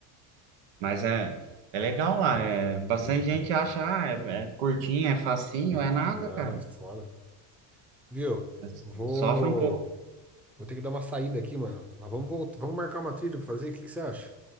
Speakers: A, on the right; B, in the centre.
A: mas é, é legal lá. É, bastante
B: Sim.
A: gente acha, ah, é, é curtinho, é facinho, é nada,
B: Não,
A: cara.
B: é foda. Viu?
A: Você
B: Vou.
A: sofre um pouco.
B: Vou ter que dar uma saída aqui, mano. Mas vamos voltar. Vamos marcar uma trilha pra fazer? O que que você acha?